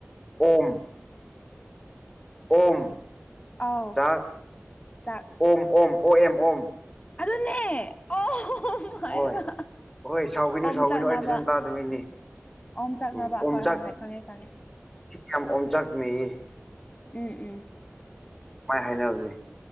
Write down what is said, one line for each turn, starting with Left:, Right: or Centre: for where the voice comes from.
Centre: ꯑꯣꯝ ꯑꯣꯝ
Left: ꯑꯥꯎ
Centre: ꯆꯥꯛ
Left: ꯆꯥꯛ
Centre: ꯑꯣꯝ ꯑꯣꯝ ꯑꯣ ꯑꯦꯝ ꯑꯣꯝ
Left: ꯑꯗꯨꯅꯦ ꯑꯣ ꯑꯣꯝ ꯍꯥꯏꯔꯒ
Centre: ꯍꯣꯏ ꯍꯣꯏ ꯁꯥꯎꯒꯅꯨ
Left: ꯑꯣꯝꯆꯥꯛꯅꯕ
Centre: ꯁꯥꯎꯒꯅꯨ ꯑꯩ ꯐꯖꯅ ꯇꯥꯗꯕꯩꯅꯦ
Left: ꯑꯣꯝꯆꯥꯛꯅꯕ
Centre: ꯎꯝ ꯑꯣꯝꯆꯥꯛ
Left: ꯍꯣꯏ ꯍꯣꯏ ꯍꯣꯏ ꯈꯪꯉꯦ ꯈꯪꯉꯦ
Centre: ꯌꯥꯝ ꯑꯣꯝꯆꯥꯛꯅꯩꯌꯦ
Left: ꯎꯝ ꯎꯝ
Centre: ꯃꯥꯏ ꯍꯥꯏꯅꯕꯅꯦ